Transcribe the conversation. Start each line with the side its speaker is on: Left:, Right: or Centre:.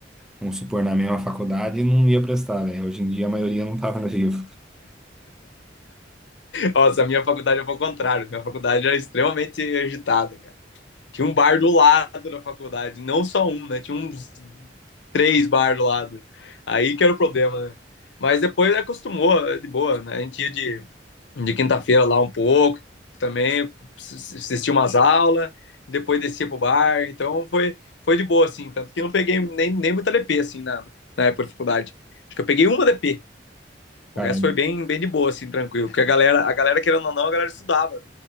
Centre: vamos supor, na mesma faculdade, não ia prestar, velho. Hoje em dia a maioria não tava no livro.
Left: Nossa, a minha faculdade é o contrário. Minha faculdade era extremamente agitada, cara. Tinha um bar do lado da faculdade, não só um, né? Tinha uns três bar do lado. Aí que era o problema, né? Mas depois acostumou, de boa, né? A gente ia de de quinta-feira lá um pouco também, assisti umas aulas, depois descia pro bar, então foi, foi de boa, assim, tanto que eu não peguei nem, nem muita DP, assim, na, na época da faculdade. Acho que eu peguei uma DP, o
Centre: Cara,
Left: resto foi bem, bem de boa, assim, tranquilo, porque a galera, a galera, querendo ou não, a galera estudava,